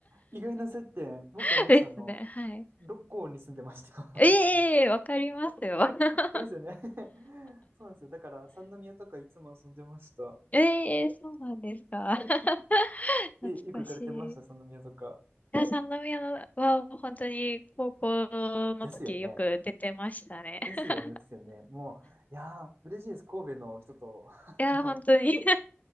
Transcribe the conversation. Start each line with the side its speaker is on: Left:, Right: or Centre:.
Right: 意外な接点。僕、
Left: <laughs>
Right: あれさんの、
Left: ですね。はい。
Right: 六甲に住んでました。
Left: ええわかりますよ。<laughs>
Right: <laughs> これですよね <laughs> そうなんですよ。だから、三宮とかいつも遊んでました。
Left: ええそうなんですか。<laughs>
Right: え、
Left: 懐かしい。
Right: よく行かれてました、
Left: い
Right: 三宮とか。
Left: や、三宮は本当に高校の時よく出てましたね。
Right: ですよね。
Left: <laughs>
Right: ですよね、ですよね。もう、いやー、嬉しいです。神戸の人と、<laughs>
Left: いや、
Right: あの、
Left: 本当に